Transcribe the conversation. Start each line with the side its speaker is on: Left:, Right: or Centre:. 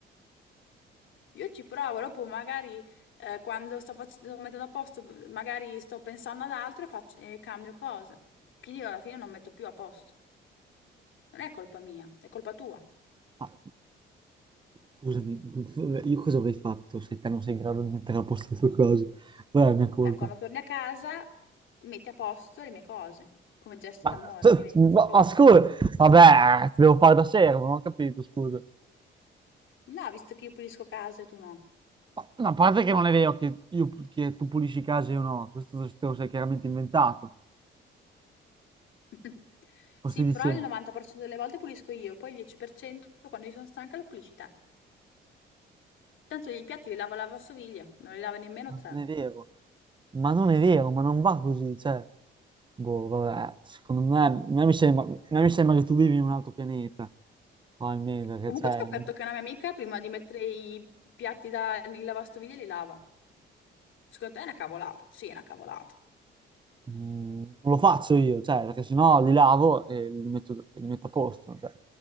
Left: Io ci provo, dopo magari eh, quando sto, fac- sto mettendo a posto, magari sto pensando ad altro e, faccio- e cambio cose. Quindi io alla fine non metto più a posto. Non è colpa mia, è colpa tua.
Right: Ah, scusami, <laughs> io cosa avrei fatto se te non sei in grado di mettere a posto le tue cose? Qual è la mia colpa?
Left: Beh, quando torni a casa metti a posto le mie cose, come gesto
Right: Ma,
Left: d'amore
Right: cioè,
Left: nei miei
Right: ma-
Left: confronti.
Right: ma scusa, vabbè, ti devo fare da servo, non ho capito, scusa.
Left: No, visto che io pulisco casa e tu no.
Right: Ma, ma a parte che non è vero che, io- che tu pulisci i casi o no, questo te lo sei chiaramente inventato,
Left: <laughs>
Right: lo
Left: Sì,
Right: stai dicendo.
Left: però il 90% delle volte pulisco io, poi il 10% quando io sono stanca lo pulisci te. Tanto i piatti li lava la lavastoviglie, non li lava nemmeno
Right: Ma
Left: te.
Right: non è vero, ma non è vero, ma non va così, cioè, boh, vabbè, secondo me, a me mi sembra, a me mi sembra che tu vivi in un altro pianeta, probabilmente, perché,
Left: Comunque
Right: cioè,
Left: ho scoperto che una mia amica prima di mettere i piatti da, nel lavastoviglie li lava. Secondo te è una cavolata? Sì, è una cavolata.
Right: mm, non lo faccio io, cioè, perché sennò li lavo e li metto, e li metto a posto, cioè,